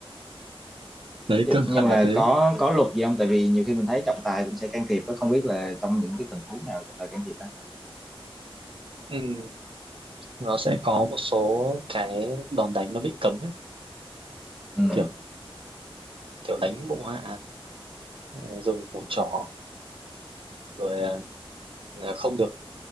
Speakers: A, on the right; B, in the centre.
A: đấy
B: Nói chung-
A: cơ
B: nhưng
A: bản
B: mà
A: <laughs> là thế
B: có có luật gì không tại vì nhiều khi mình thấy trọng tài cũng sẽ can thiệp đó không biết là trong những cái tình huống nào trọng tài can thiệp ta
A: ừ, nó sẽ có một số cái đòn đánh nó bị cấm ấy
B: ừ.
A: kiểu kiểu đánh bộ hạ ờ,
B: À,
A: dùng củ trỏ rồi ờ, không được